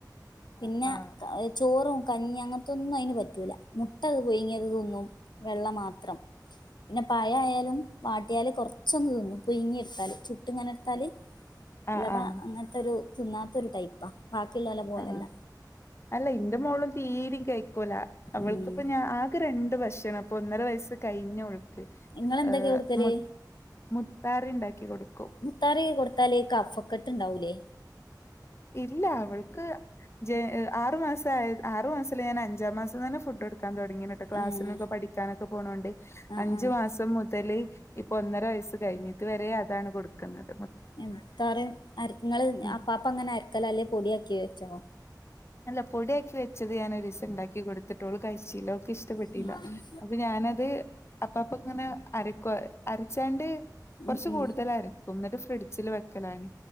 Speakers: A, on the left; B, on the left.
A: ആഹ്
B: പിന്നെ
A: ആഹ്
B: ക ചോറും കഞ്ഞി അങ്ങനത്തൊന്നും അയിന് പറ്റൂല മുട്ട പുഴുങ്ങിയത് തിന്നും വെള്ള മാത്രം പിന്നെ പഴം ആയാലും വാട്ടിയാൽ കുറച്ചൊന്ന് തിന്നും പുഴുങ്ങി എടുത്താൽ ചു ട്ട് ഇങ്ങനെ എടുത്താല് അല്ലാതെ
A: ആഹ് ആഹ്
B: അങ്ങൻത്തൊരു തിന്നാത്തൊരു ടൈപ്പാ ബാക്കിയുള്ളോലെ പോലല്ല
A: ആഹ് അല്ല ഇന്റെ മോളും തീരീം കഴി ക്കൂല അവൾക്കിപ്പ
B: ഉം
A: ഞാൻ ആകെ രണ്ട് ഭക്ഷണം അപ്പോ ഒന്നര വയസ്സ് കഴിഞ്ഞോ ക്
B: നിങ്ങളെന്തൊക്കെയാ
A: ഏ
B: കൊടുക്കല്
A: മൊ മു താറി ഇണ്ടാക്കി കൊടുക്കും
B: മുത്താറി കൊടുത്താല് കഫക്കെട്ട് ഇണ്ടാവൂലേ
A: ഇല്ല അവൾ. ക്ക് ജെ ആറ് മാസായി. ആറു മാസത്തില് ഞാൻ അഞ്ചാം മാസം തന്നെ ഫുഡ് കൊടു ത്താൻ തൊടങ്ങീന്നക്കെ. ക്ലാസിനൊക്കെ
B: ഏഹ്
A: പഠിക്കാനെ പോണോണ്ടെ
B: ആഹ്
A: അഞ്ചു
B: ആഹ്
A: മാസം മുതല് ഇപ്പൊ ഒന്നര വയസ്സ് കഴിഞ്ഞ് ഇതു വരെ അതാണ് കൊട്ക്ക്ന്നത്.
B: എ മുത്താറ് അര ഇങ്ങള്
A: ഉം
B: അപ്പാപ്പം ങ്ങനെ അര്ക്കലാലെ പൊടിയാക്ക്യ ച്ചാം
A: അല്ലപ് പൊടിയാക്കി വെച്ചത് ഞാനൊരു സ്‌പൂ ഇണ്ടാക്കി കൊടുത്ത് ട്ടോള് കഴിച്ചില്ല ഓള്ക്ക് ഇഷ്ടപ്പെട്ടില്ല.
B: ഉം
A: അപ്പൊ ഞാനത് അപ്പാപ്പം ഇങ്ങനെ അരക്ക്വ അരച്ചാണ്ട് കൊറ്ച്ച്
B: ഉം ഉം
A: കൂടുതലരക്കും ന്നട്ട് ഫ്രിഡ്ജിൽ വെക്കലാണ്.